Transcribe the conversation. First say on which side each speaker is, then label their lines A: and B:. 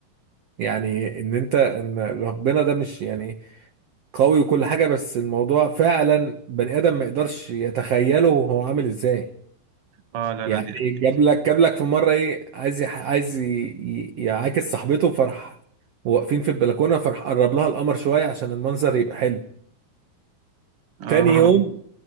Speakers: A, on the right; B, on the right.
A: يعني ان انت ان ربنا ده مش يعني قوي وكل حاجة بس الموضوع فعلا بني ادم ما يقدرش يتخيله هو عامل ازاي
B: اه لا
A: يعني
B: لا دي اكيد
A: جاب لك جاب لك في مرة ايه عايز يح- عايز ي- ي- يعاكس صاحبته فرح واقفين في البلكونة فرح قرب لها القمر شوية عشان المنظر يبقى حلو
B: اه
A: تاني يوم